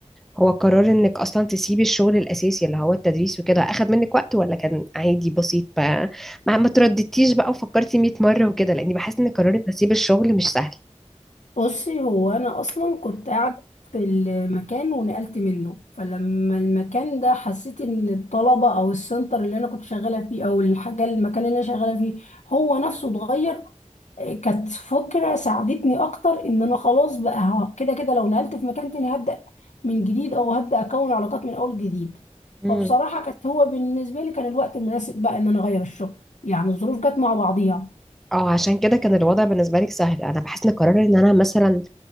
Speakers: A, in the centre; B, on the left.
A: هو قرار انك اصلا تسيبي الشغل الاساسي اللي هو التدريس وكده اخد منك وقت ولا كان عادي بسيط ما ما, ما ترددتيش بقى وفكرتي 100 مرة وكده لاني بحس ان قرار ان اسيب الشغل مش سهل
B: بصي هو انا اصلا كنت قاعده في المكان ونقلت منه فلما المكان ده حسيت ان الطلبه او السنتر اللي انا كنت شغاله فيه او الحاجه المكان اللي انا شغاله فيه هو نفسه اتغير آه، كانت فكره ساعدتني اكتر ان انا خلاص بقى ه- كده كده لو نقلت في مكان تاني هبدا من جديد او هبدا اكون علاقات من اول جديد
A: امم
B: فبصراحه كانت هو بالنسبه لي كان الوقت المناسب بقى ان انا اغير الشغل يعني الظروف جت مع بعضيها
A: اه عشان كده كان الوضع بالنسبة لك سهل انا بحس ان قرار ان انا مثلا